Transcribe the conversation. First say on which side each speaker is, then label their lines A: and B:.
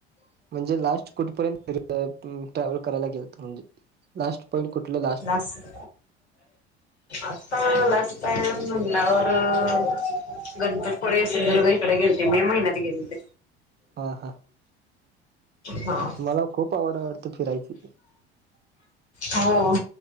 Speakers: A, on the right; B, on the left.
A: म्हणजे लास्ट कुठपर्यंत ट्रॅव्हल करायला गेल तर म्हणजे लास्ट पॉईंट कुठलं लास्ट
B: लाष्ट आता पॅ म्हणलावरर गणपतपुळे सिंदुर्ग इकडे गेलते मे महिन्यात गेलते
A: हा हा
B: हा
A: तुम्हाला खूप आवड वाडत फिरायची
B: हो